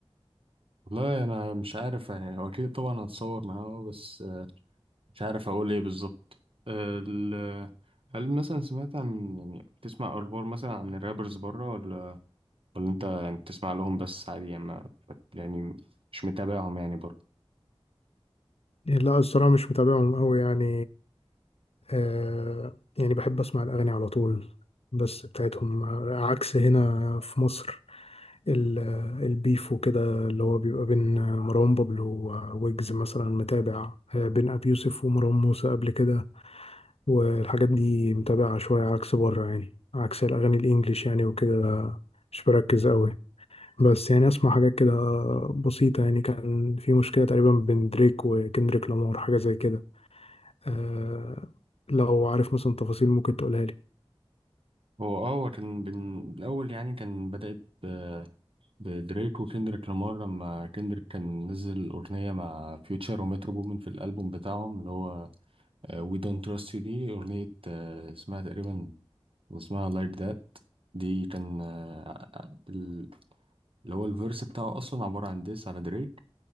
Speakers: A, on the right (about 60°); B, on the left (about 75°).
A: والله أنا مش عارف يعني هو أكيد طبعا هتصور معاه بس آه، مش عارف أقول إيه بالظبط آه، ال- هل مثلا سمعت عن يعني بتسمع أخبار مثلا عن الرابرز بره ولا ولا انت يعني بتسمع لهم بس عادي يعني ما يعني مش متابعهم يعني برضه
B: لا الصراحة مش متابعهم أوي يعني آه يعني بحب أسمع الأغاني على طول بس بتاعتهم عكس هنا في مصر ال- البيف وكده اللي هو بيبقى بين مروان بابلو وويجز مثلا متابع آه، بين أبي يوسف ومروان موسى قبل كده والحاجات دي متابعة شوية عكس بره يعني عكس الأغاني الإنجليش يعني وكده مش بركز أوي بس يعني أسمع حاجات كده بسيطة يعني كان في مشكلة تقريبا بين دريك وكندريك لامار حاجة زي كده آه لو عارف مثلا تفاصيل ممكن تقولها لي
A: هو اه هو كان بن... الأول يعني كان بدأت ب... بدريك وكندريك لامار لما كندريك كان نزل أغنية مع فيوتشر ومترو بومن في الألبوم بتاعهم اللي هو آه، We Don't Trust You دي أغنية آه، اسمها تقريبا اسمها Like That دي كان آه، ال- اللي هو الفيرس بتاعه أصلا عبارة عن ديس على دريك